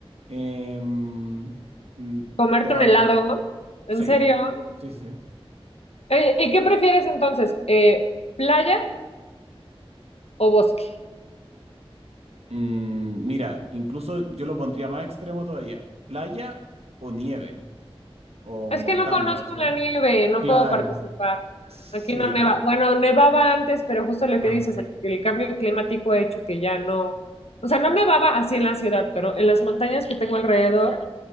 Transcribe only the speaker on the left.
Comerte
un helado, ¿en
serio?
Oye, ¿y qué prefieres entonces? Eh, ¿playa o bosque?
Es
que no conozco
la nieve, no
puedo participar.
Aquí no neva. Bueno, nevaba antes, pero justo lo
que dices, el, el cambio climático ha hecho que ya no. O sea, no nevaba así en la ciudad, pero en las montañas que tengo alrededor